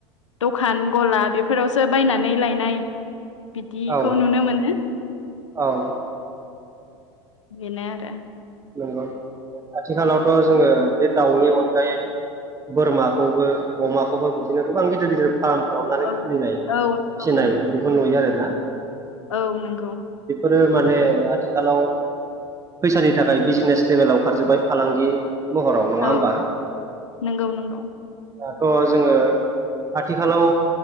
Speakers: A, on the left; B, on the right.
A: दखान गला बेफोरावसो बायनानै लायनाय बिदिखौ
B: औ
A: नुनो मोनो
B: औ
A: बेनो आरो।
B: नंगौ आथिखालावथ' जोङो बे दाउनि अनगायै बोरमाखौबो अमाखौबो बिदिनो गोबां गिदिर गिदिर फार्म खालामनानै
A: औ
B: खुलिनाय फिसिनाय
A: औ नंगौ
B: बेखौ नुयो आरोना‌।
A: औ नोंगौ।
B: ओ माने आथिखालाव फैसानि थाखाय बिजनेस लेभेलाव खारजोब्बाय फालांगि महराव नङा
A: औ
B: होमबा
A: नोंगौ नोंगौ।
B: दाथ' जोङो आथिखालाव